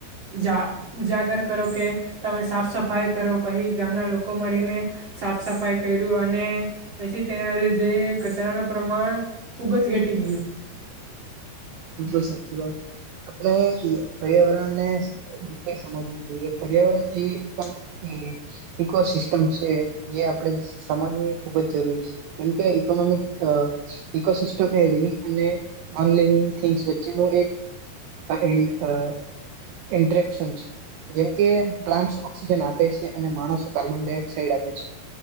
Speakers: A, on the right; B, on the right.
A: જા ઉજાગર કરો કે તમે સાફ સફાઈ કરો પહી ગામના લોકો મળીને સાફ સફાઈ કર્યું અને પછી તેના લીધે કચરાનું પ્રમાણ ખુબ જ ઘટી ગયું.
B: બીલકુલ સાચી વાત, આપણે પર્યાવરણને સમજવું જોઈએ પર્યાવરણ એ ઈકોસિસ્ટમ છે. જે આપડે સમજવું એ ખુબ જ જરૂરી છે કેમકે ઇકોનોમિક ઇકોસિસ્ટમ એ લિવિંગ અને નોન લિવિંગ થીગસ વચ્ચેનું એક આ અ ઇન્ટરેકશન છે. જેમકે પ્લાન્ટ ઓક્સિજન આપે છે અને માણસો કાર્બન ડાયોક્સાઇડ આપે છે